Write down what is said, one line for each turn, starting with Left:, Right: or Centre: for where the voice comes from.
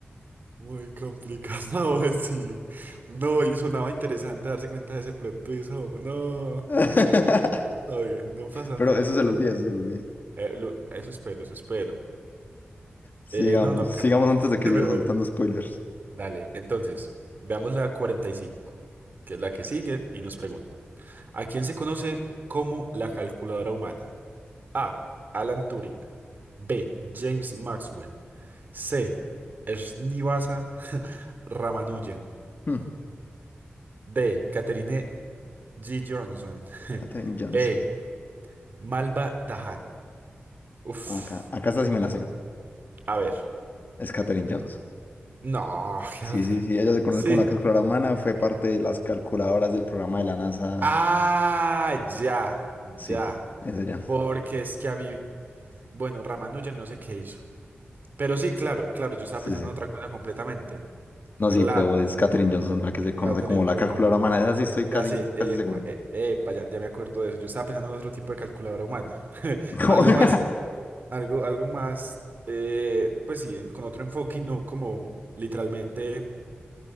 Right: muy complicado, <laughs> sí, no, y sonaba interesante darse cuenta de ese plot twist, hom, no,
Left: <laughs>
Right: Está bien, no pasa
Left: Pero
Right: nada,
Left: eso
Right: no
Left: se
Right: pasa.
Left: lo olvida, eso se lo olvida.
Right: eh, lo- eso espero, eso espero.
Left: Sigamos,
Right: Eh, no, no
Left: sigamos
Right: creo.
Left: antes
Right: <laughs>
Left: de que
Right: Pero
Left: siga soltando
Right: bueno.
Left: spoilers.
Right: Dale, entonces, veamos la 45, que es la que sigue y nos pregunta. ¿A quién se conoce como la calculadora humana? A. Alan Turing. B. James Maxwell. C. Srinivasa <laughs> Ramanujan.
Left: Hmm,
Right: D. Catherine G. Johnson. <laughs>
Left: Katherine Johnson.
Right: E. Malva Tahan. Uf.
Left: Acá, acá esta sí me la
Right: Duro.
Left: sé.
Right: A ver.
Left: Es Katherine Johnson.
Right: No, <laughs>
Left: Sí,
Right: ¿qué va a ser?
Left: sí, sí, ella se conoce
Right: Sí.
Left: como la calculadora humana, fue parte de las calculadoras del programa de la NASA.
Right: Ah, ya,
Left: Sí,
Right: ya.
Left: es ella.
Right: Porque es que a mí, bueno, Ramanujan no sé qué hizo. Pero sí, claro, claro, yo estaba
Left: Sí,
Right: pensando
Left: sí.
Right: en otra cosa completamente.
Left: No,
Right: Claro,
Left: sí, pero es Katherine Johnson la que se conoce
Right: Katherine
Left: como la
Right: Johnson.
Left: calculadora humana. Esa sí estoy casi,
Right: Ya sé, epa,
Left: casi seguro.
Right: e- epa, ya, ya me acuerdo de eso. Yo estaba pensando en otro tipo de calculadora humana. <laughs>
Left: <laughs>
Right: Ma- Algo más, algo, algo más, eh, pues sí, en- con otro enfoque y no como literalmente